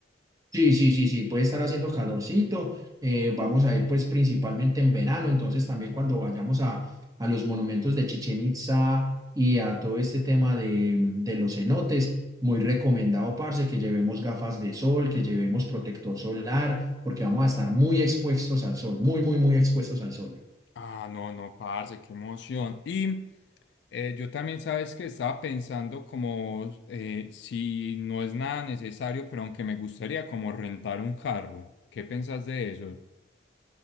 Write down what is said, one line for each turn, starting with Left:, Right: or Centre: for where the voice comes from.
Right: sí, sí, sí, sí, puede estar haciendo calorcito. eh, vamos a ir pues principalmente en verano, entonces también cuando vayamos a, a los monumentos de Chichen Itza y a todo este tema de, de los cenotes, muy recomendado, parce, que llevemos gafas de sol, que llevemos protector solar, porque vamos a estar muy expuestos al sol, muy, muy, muy expuestos al sol.
Left: Ah, no, no, parce, qué emoción. Y eh, yo también sabes que estaba pensando como eh, si no es nada necesario, pero aunque me gustaría como rentar un carro. ¿Qué pensás de eso?